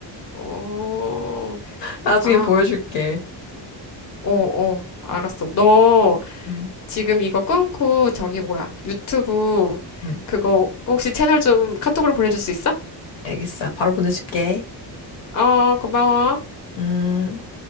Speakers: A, on the left (about 40°); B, on the left (about 80°).
A: 어,
B: 나중에
A: 아,
B: 보여줄게.
A: 어, 어, 알았어. 너
B: 응,
A: 지금 이거 끊고 저기 뭐야, 유튜브
B: 응,
A: 그거 혹시 채널 좀 카톡으로 보내줄 수 있어?
B: 알겠어. 바로 보내줄게.
A: 어, 고마워.
B: 음.